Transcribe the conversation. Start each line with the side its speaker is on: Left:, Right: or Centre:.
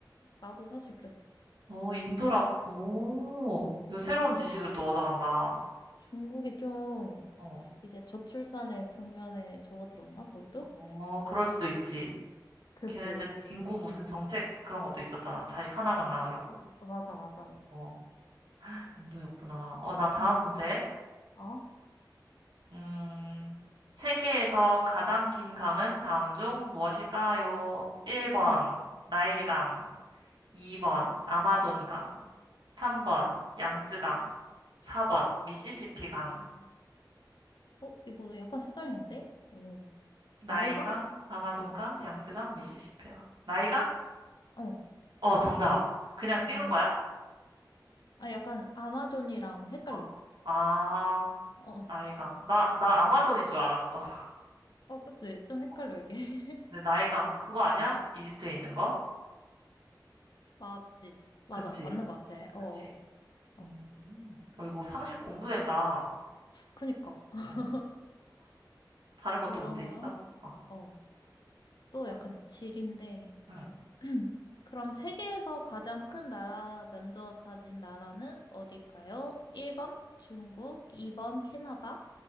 Left: 나도 사실 그랬어.
Right: 어, 인도라고. 오,
Left: 어.
Right: 이거 새로운 지식을 또 얻어간다.
Left: 중국이 좀
Right: 어,
Left: 이제 저출산의 국면에 접어들었나? 거기도?
Right: 어, 그럴 수도 있지.
Left: 그지?
Right: 걔네들 인구 무슨 정책 그런 것도 있었잖아. 자식 하나만 낳으라고.
Left: 마- 맞아, 맞아.
Right: 어, 인도였구나. 어, 나 다음
Left: 응.
Right: 문제.
Left: 어?
Right: 음, 세계에서 가장 긴 강은 다음 중 무엇일까요? 1번,
Left: 응.
Right: 나일강. 2번 아마존강, 3번 양쯔강, 4번 미시시피강,
Left: 어, 이거 약간 헷갈리는데? 오.
Right: 나일강,
Left: 나이가
Right: 아마존강, 양쯔강, 미시시피강. 나일강?
Left: 어.
Right: 어, 정답. 그냥 찍은
Left: 아,
Right: 거야?
Left: 아, 약간 아마존이랑 헷갈렸어.
Right: 어. 아,
Left: 어,
Right: 나일강. 나, 나 아마존인
Left: 어,
Right: 줄 알았어. <laughs>
Left: 어, 그치? 좀 헷갈려,
Right: 어.
Left: 이게. <laughs>
Right: 근데 나일강 그거 아니야? 이집트에 있는 거?
Left: 맞지? 맞아,
Right: 그치,
Left: 맞는 것 같아.
Right: 그치.
Left: 어, 어.
Right: 음,
Left: 어.
Right: 어, 이거 상식 공부된다.
Left: 그니까. <laughs>
Right: 어. 다른
Left: 그러면,
Right: 것도 문제 있어? 어.
Left: 어, 또 약간 질인데.
Right: 응.
Left: <clears throat> 그럼 세계에서 가장 큰 나라 면적 가진 나라는 어딜까요? 1번 중국, 2번 캐나다,